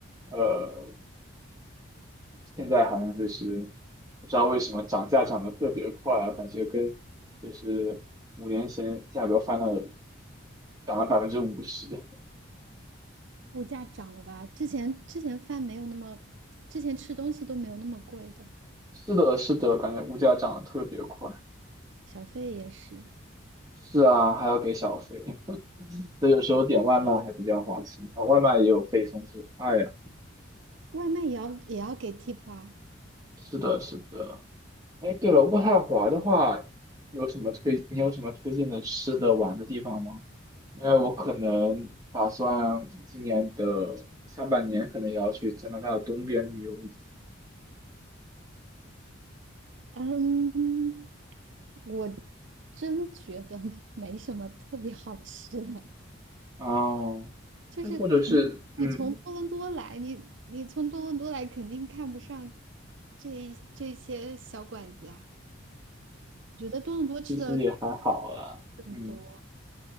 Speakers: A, on the right; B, on the right.
A: 呃。现在好像就是不知道为什么涨价涨得特别快啊，感觉跟就是五年前价格翻了，涨了百分之五十。<laughs>
B: 物价涨了吧？之前之前饭没有那么，之前吃东西都没有那么贵的，
A: 是的，是的，感觉物价涨得特别快。
B: 小费也是，
A: 是啊，还要给小费，<laughs> 所以有时候点外卖还比较划算，哦，外卖也有配送费。哎呀，
B: 外卖也要也要给 tip 啊。
A: 是的，是的。哎，对了，渥太华的话，有什么推？你有什么推荐的吃的、玩的地方吗？因为我可能打算今年的下半年可能也要去加拿大的东边旅游一次。
B: 嗯，我真觉得 <laughs> 没什么特别好吃的，
A: 哦，
B: 就是肯定你从多伦多来，
A: 那或者是，嗯，
B: 你你从多伦多来肯定看不上这这些小馆子啊。我觉得多伦多吃的
A: 其实也还好啦。
B: 更多，
A: 嗯，